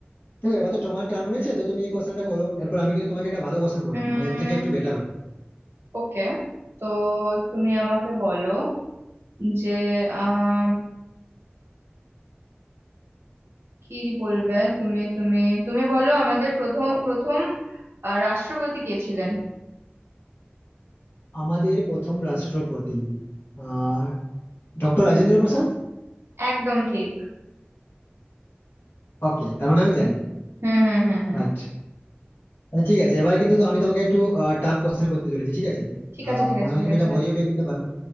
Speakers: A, on the left (about 75°); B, on the right (about 80°).
A: দেখো এবার তো তোমার টার্ন রয়েছে তো তুমি এই কোশ্চেনটা করো এরপর আমি কিন্তু তোমাকে একটা ভালো কোশ্চেন করবো
B: উম
A: মানে এর থেকে একটু বেটার হবে
B: ওকে তো তুমি আমাকে বলো যে আহ কি বলবে তুমি তুমি তুমি বলো আমাদের প্রথম প্রথম আহ, রাষ্ট্রপতি কে ছিলেন
A: আমাদের প্রথম রাষ্ট্রপতি আহ ডক্টর রাজেন্দ্র প্রসাদ
B: একদম ঠিক
A: ওকে তার মানে আমি জানি
B: হুম হুম হুম হুম
A: রাইট ঠিক আছে এবার কিন্তু তো আমি তোমাকে একটু টাফ কোশ্চেন করতে চলেছি ঠিক আছে
B: ঠিক
A: আহ,
B: আছে ঠিক
A: মনে
B: আছে
A: হয়
B: ঠিক
A: তুমি
B: আছে
A: এটা ভয়ও পেয়ে যেতে পারো